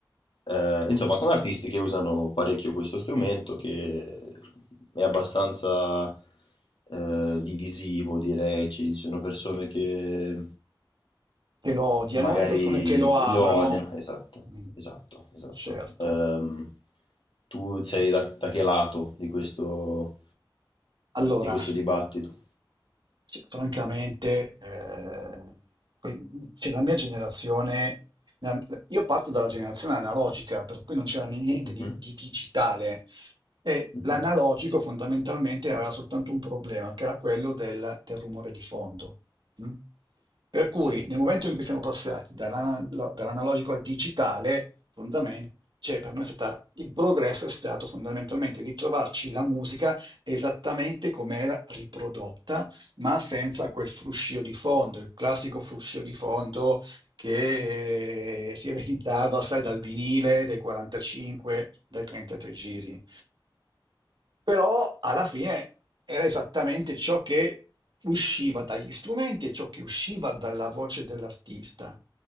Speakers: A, on the left (about 80°); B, on the right (about 65°).
A: Eh, insomma, sono artisti che usano parecchio questo strumento che è abbastanza eh, divisivo, direi. Ci sono persone che
B: che lo odiano
A: Magari
B: e persone che lo amano.
A: lo odiano, esatto,
B: Mm,
A: esatto, esatto.
B: Certo.
A: Ehm, tu sei da, da che lato di questo,
B: Allora,
A: di questo dibattito?
B: Cioè, francamente, eh, que- cioè, la mia generazione, la- io parto dalla generazione analogica, per cui non c'era né- niente
A: Mhm,
B: di, di digitale. E
A: mhm,
B: l'analogico fondamentalmente aveva soltanto un problema, che era quello del, del rumore di fondo. mm? Per cui
A: Sì,
B: nel momento in cui siamo passati dalla- la- dall'analogico al digitale, fondamen- cioè, per noi è stata, il progresso è stato fondamentalmente ritrovarci la musica esattamente come era riprodotta ma senza quel fruscio di fondo, il classico fruscio di fondo che eh, si ereditava, sai, dal vinile dai 45, dai 33 giri però alla fine era esattamente ciò che usciva dagli strumenti e ciò che usciva dalla voce dell'artista.